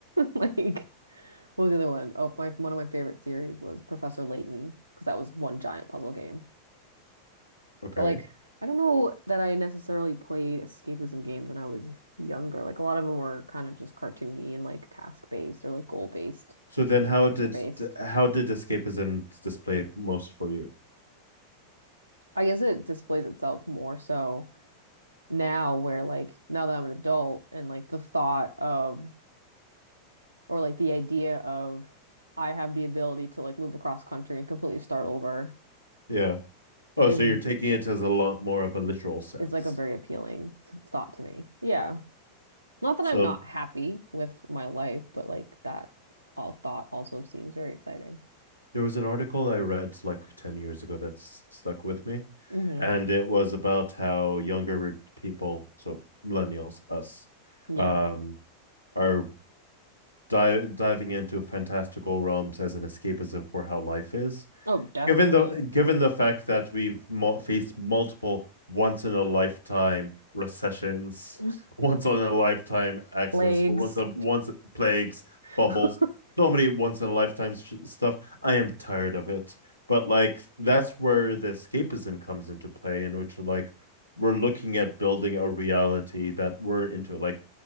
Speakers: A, on the right; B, on the left.
A: Like what was the other one? Oh, my one of my favorite series was Professor Layton because that was one giant puzzle game.
B: okay.
A: But like I don't know that I necessarily played escapism games when I was younger. Like a lot of them were kind of just cartoony and like task based or like goal based,
B: So then how
A: adventure
B: did
A: based.
B: how did escapism display most for you?
A: I guess it displays itself more so now where like now that I'm an adult and like the thought of or like the idea of I have the ability to like move across country and completely start over
B: Yeah. Oh,
A: is
B: so you're taking it as a lot more of a literal sense.
A: is like a very appealing t thought to me. Yeah. Not that
B: So
A: I'm not happy with my life, but like that all thought also seems very exciting.
B: there was an article I read like 10 years ago that's stuck with me,
A: hmm
B: and it was about how younger people, so millennials, us,
A: Yeah.
B: um, are di diving into fantastical realms as an escapism for how life is.
A: Oh, definitely.
B: Given the given the fact that we've mo faced multiple once in a lifetime recessions,
A: <laughs>
B: <laughs> once in a lifetime accidents,
A: Legs.
B: once a once plagues,
A: <laughs>
B: bubbles, so many once in a lifetime sh stuff, I am tired of it. But like that's where the escapism comes into play, in which like we're looking at building a reality that we're into. Like,